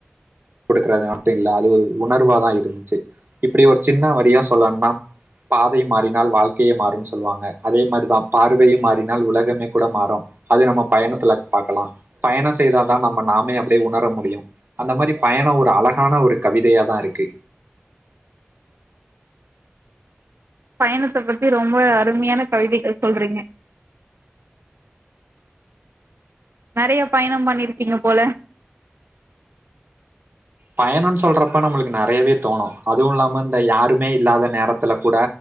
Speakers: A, on the right; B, on the right.
A: குடுக்குறது மட்டு இல்லாது ஒரு உணர்வா தா இருந்துச்சு இப்டி ஒரு சின்ன வரியா சொல்லன்னா பாதை மாறினால் வாழ்க்கையே மாறுனு சொல்லுவாங்க அதே மாரி தா பார்வையை மாறினால் உலகமே கூட மாறு அது நம்ம பயணத்துல பாக்கலா பயணோ செய்தா தா நம்ம நாமே அப்டியே உணர முடியு அந்த மாரி பயணோ ஒரு அழகான ஒரு கவிதையா தா இருக்கு
B: பயணத்த பத்தி ரொம்ப அருமையான கவிதைகள் சொல்றீங்க நெறைய பயணோ பண்ணிருக்கீங்க போல
A: பயணோன் சொல்டறப்ப நம்மளுக்கு நெறையே தோணு அதுவு இல்லாம இந்த யாருமே இல்லாத நேரத்துல கூட